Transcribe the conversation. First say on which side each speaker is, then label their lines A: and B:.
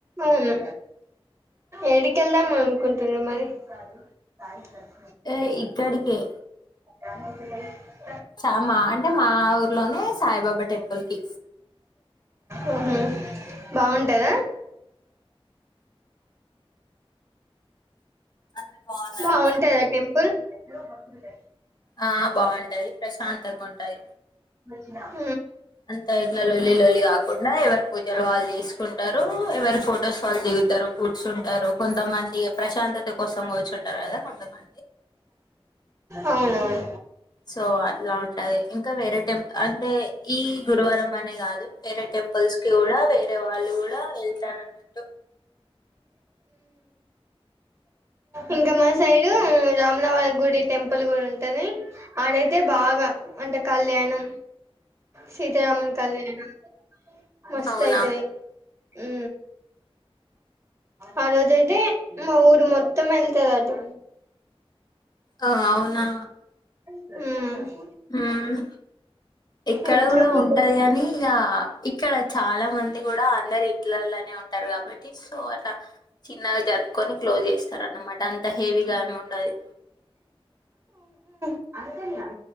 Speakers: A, on the right; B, on the left.
A: అవును ఏడికెళ్దాం అనుకుంటల్లు మరి సాయి చరణ్
B: ఏ. ఇక్కడికే
A: దాని <unintelligible>
B: స్టార్ మా అంటే మా ఊర్లోనే సాయిబాబా టెంపుల్ కి
A: ఓహో బాగుంటదా
B: అందరు బాగున్నారా
A: బాగుంటాందా టెంపుల్. ఎన్నో బంకులుంటే
B: ఆ బాగుంటది ప్రశాంతంగా ఉంటది.
A: నా
B: అంత ఇట్లా లొల్లి లోల్లి కాకుండా ఎవరి పూజలు వాళ్ళు చేసుకుంటారు ఎవరి ఫొటోస్ వాళ్ళు దిగుతారు ఫుడ్స్ ఉంటారు కొంతమంది. ప్రశాంతత కోసం కుచుంటారు కదా కొంతమంది
A: అవునవును.
B: సో అట్లా ఉంటది ఇంకా వేరే టెంల్ అంటే ఈ గురువారం అనే కాదు వేరే టెంపుల్స్ కి కూడా వేరే వాళ్ళు కూడా వెళ్తారు అన్నట్టు
A: ఇంకా మా సైడ్ రాములవారి గుడి టెంపుల్ కూడా ఉంటది ఆడైతే బాగా అంటే కళ్యాణం సీతారామన్ కళ్యాణం మస్త
B: అవునా
A: అయితది ఉ ఆ రోజైతే ఇక ఊరు మొత్తం మొత్తం వెళ్తాది అటు
B: ఆ అవునా
A: ఆ
B: హమ్ ఇక్కడ
A: మంచిగుంటది
B: కూడా ఉంటది కాని ఇగా క్కడ చాలా మంది కూడా అందరు ఇంట్లల్లనే ఉంటారు కాబట్టి సో అలా చిన్నగా జరుపుకొని క్లోజ్ చేస్తారు అన్నమాట అంత హెవీగా ఏమి ఉండది
A: అంతరియ